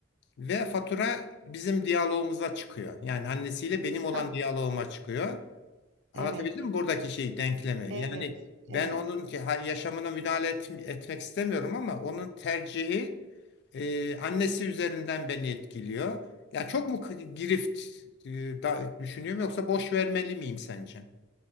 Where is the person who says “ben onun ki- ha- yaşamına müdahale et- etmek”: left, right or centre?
Left